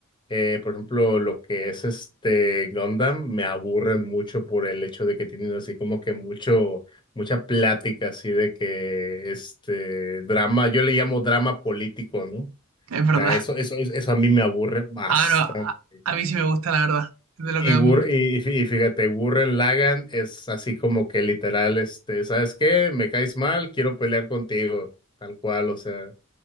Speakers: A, on the left; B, on the right.
A: eh, por ejemplo, lo que es este Gundam, me aburren mucho por el hecho de que tienen así como que mucho, mucha plática así de que este drama, yo le llamo drama político, ¿no? O
B: Es verdad.
A: sea, eso, eso, eso a mí me aburre bastante.
B: Ah, no, a, a mí sí me gusta, la verdad. Es de lo
A: Y,
B: que más
A: Gur-
B: me gusta.
A: y, y fí- y fíjate, Gurren Lagann es así como que literal, este, ¿sabes qué? Me caes mal, quiero pelear contigo, tal cual, o sea, o